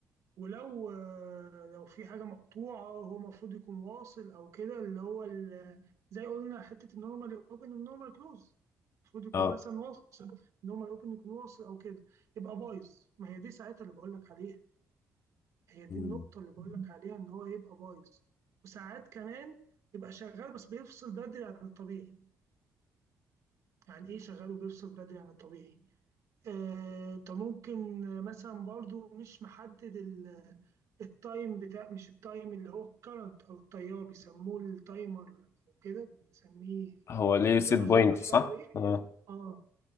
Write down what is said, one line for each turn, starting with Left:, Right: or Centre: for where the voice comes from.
Right: ولو آه، لو في حاجة مقطوعة هو المفروض يكون واصل أو كده اللي هو ال- زي قلنا حتة النورمال أوبن النورمال كلوز المفروض يكون
Left: اه
Right: مثلا واصل النورمال أوبن يكون واصل أو كده يبقى بايظ ما هي دي ساعتها اللي بقول لك عليها هي دي
Left: مم.
Right: النقطة اللي بقول لك عليها إن هو يبقى بايظ وساعات كمان يبقى شغال بس بيفصل بدري عن الطبيعي يعني إيه شغال وبيفصل بدري عن الطبيعي آه، انت ممكن مثلا برضو مش محدد ال- التايم بتاع مش التايم اللي هو الكرنت او التيار بيسموه التايمر او كده بنسميه
Left: هو ليه
Right: مش فاكر
Left: سيت
Right: المسمى
Left: بوينت صح
Right: بتاعه ايه
Left: اه
Right: اه